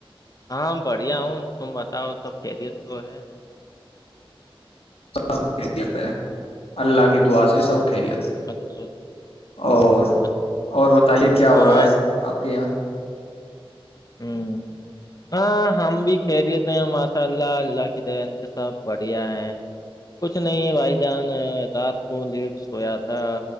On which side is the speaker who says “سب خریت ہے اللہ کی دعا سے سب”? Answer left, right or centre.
Left